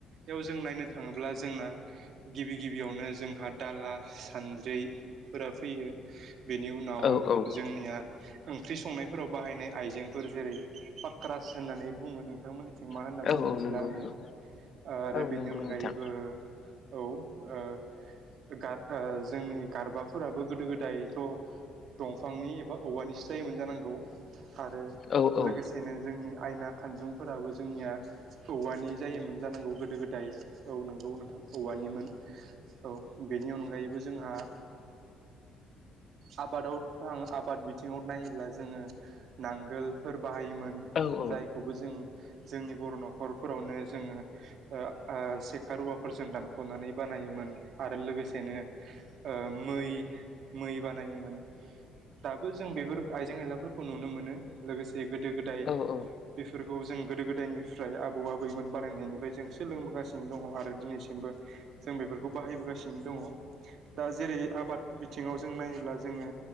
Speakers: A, on the right; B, on the left.
A: आव जों नायनो थाङोब्ला जोंना गिबि गिबियावनो जोंहा दाला सानद्रि फोरा फैयो बेनि उनाव
B: औ औ
A: जोंनिया ओंख्रि संनायफोराव बाहायनाय आइजेंफोर जेरै पाक्रास होननानै बुङो नोंथांमोननि थिं मा होनना
B: औ
A: बुं मिथिला
B: औ नंगौ
A: आङो
B: नंगौ
A: आरो
B: औ
A: बेनि
B: नंगौ
A: अनगायैबो
B: नोंथां
A: औ ओ गार ओ जोंनि गारबाफोराबो गोदो गोदायथ' दंफांनि एबा औवानिसो जायोमोन जानांगौ। आरो
B: औ औ
A: लोगोसेनो जोंनि आयना खानजुंफोराबो जोंनिया औवानि। जायोमोन जांनांगौ गोदो गोदाय औ नंगौ नोंथां औवानिमोन औ बेनि अनगायैबो जोंहा आबादाव थाङ आबाद बिथिङाव नायोब्ला जोङो नांगोलफोर बाहायोमोन
B: औ औ
A: जायखौबो जों जोंनि बर नखरफोरावनो जोङो ओ आ सेखा रुवाफोरजों दानखनानै बानायोमोन आरो लोगोसेनो ओ मै मै बानायोमोन। दाबो जों बेफोर आइजें आइला फोरफोरखौ नुनो मोनो लोगोसे गोदो गोदाय
B: औ औ
A: बेफोर बेखौ जों गोदो गोदायनिफ्राय आबौ आबैमोन बारायनायनिफ्राय जों सोलोंबोगासिनो दङ आरो दिनैसिमबो जों बेफोरखौ बाहायबोगासिनो दङ। दा जेरै आबाद बिथिङाव जों नायोब्ला जोङो